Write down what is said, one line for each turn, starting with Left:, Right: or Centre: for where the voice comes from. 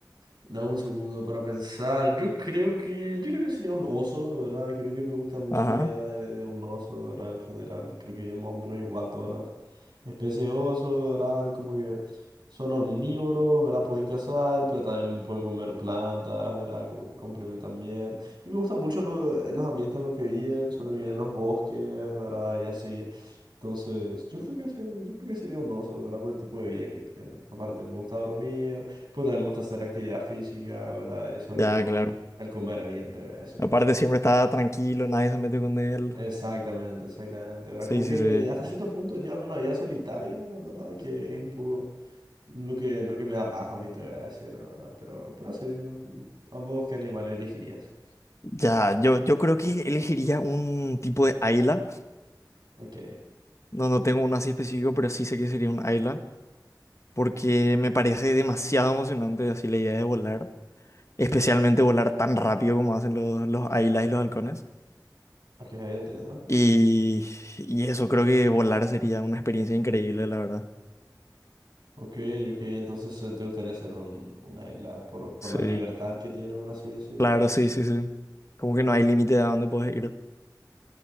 Right: dame un segundo para pensar. Yo creo que, yo creo que sería un oso, la ¿verdad? Creo que me gusta mucho
Left: Ajá,
Right: la idea de, de un oso, ¿verdad? En general, creo que es más o menos igual todas las especies de oso, ¿verdad? Como que son omnívoros, ¿verdad? Pueden cazar, pero también pueden comer plantas, ¿verdad? Como que complementan bien. Y me gusta mucho lo- los ambientes en los que viven, solo viven en los bosques, ¿verdad? Y así. Entonces, yo creo que ese- yo creo que sería un oso, ¿verdad? Por el tipo de vida que tienen. Aparte, me gusta dormir, pues también me gusta hacer actividad física, ¿verdad? Y sobre
Left: ya,
Right: todo
Left: claro.
Right: el comer bien, te voy a decir,
Left: Aparte,
Right: ¿no? Te-
Left: siempre está tranquilo, nadie se mete con él.
Right: Exactamente, exactamente, ¿verdad?
Left: Sí,
Right: Como que
Left: sí, sí.
Right: hasta cierto punto llevan una vida solitaria, ¿verdad? Que es un poco lo que, lo que me da paja a mí, te voy a decir, ¿verdad? Pero, pero así, ¿no? ¿A vos qué animal elegirías?
Left: Ya, yo, yo creo que elegiría un tipo de Ayla.
Right: Ok,
Left: No, no tengo uno así específico, pero sí sé que sería un Ayla. Porque me parece demasiado emocionante así la idea de volar. Especialmente volar tan rápido como hacen los, los Aylas y los halcones.
Right: ok, entiendo.
Left: Y, y eso, creo que volar sería una experiencia increíble, la verdad.
Right: Ok, ok, entonces eh, te gustaría hacer un, una isla por, por
Left: Sí,
Right: la libertad que tiene, por así decirlo.
Left: claro, sí, sí, sí. Como que no hay límite de a dónde puedes ir.